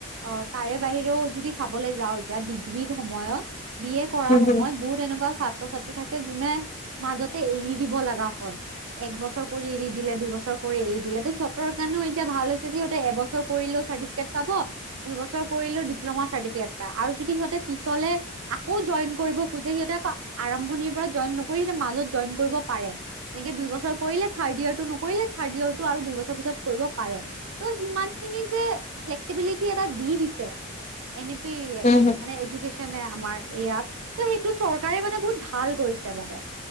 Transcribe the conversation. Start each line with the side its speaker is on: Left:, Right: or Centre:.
Right: অঁ তাৰে বাহিৰেও যদি চাবলৈ যাওঁ এতিয়া ডিগ্ৰীৰ সময়ত বি এ কৰাৰ
Left: উম,
Right: সময়ত
Left: হুম।
Right: বহুত এনেকুৱা ছা ছাত্ৰ ছাত্ৰী থাকে, যোনে মাজতে এৰি দিব লগা হয়। একব ছৰ কৰি এৰি দিলে, দুইবছৰ কৰি এৰি দিলে, তো সিহঁতৰ কাৰণেও এতিয়া ভাল হৈছে যে সিহঁতে এবছৰ কৰিলেও চাৰ্টিফিকেট পাব, দুই বছৰ কৰিলেও ডিপ্ল'মাৰ চাৰ্টিফিকে পায়, আৰু যদি সিহঁতে পিছলে আ কৌ জইন কৰিব খোজে সিহঁতেক আৰম্ভণিৰ পৰা জইন নকৰিতে মাজত জইন কৰিব পাৰে। তেনেকে দুই বছৰ কৰিলে থাৰ্ড ইয়েৰটো নকৰিলে, থাৰ্ড ইয়েৰটো আৰু দুইবছৰ পিছত কৰিব পাৰে। ত' সিমান খিনি যে ফ্লেক্সিবিলিটি এটা দি দিছে। এনে পি
Left: উম, হুম,
Right: মানে এডুকেশ্ব নে আমাৰ ইয়াত ত সেইটো চৰকাৰে মানে বহুত ভাল কৰিছে মানে,